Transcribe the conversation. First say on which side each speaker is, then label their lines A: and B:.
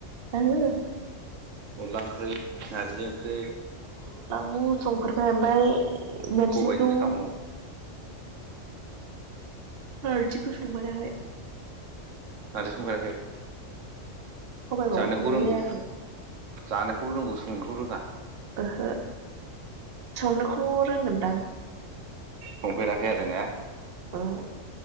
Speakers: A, on the right; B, on the right.
A: आंङो
B: अनला ओंख्रि नारजि ओंख्रि
A: अनलाखौ संफेरबाय ओमफ्राय नारजिखौ
B: सबायजों साम'
A: नारजिखौ संफेराखै
B: नारजि संफेराखै?
A: सबाइखौबो
B: जानोखौ
A: संनाय
B: रोंगौ
A: जायाखै।
B: जानोखौ रोंगौ संनोखौ रोङा?
A: ओहो संनोखौ रोंगोनदां।
B: संफेराखै आरो ना
A: ओम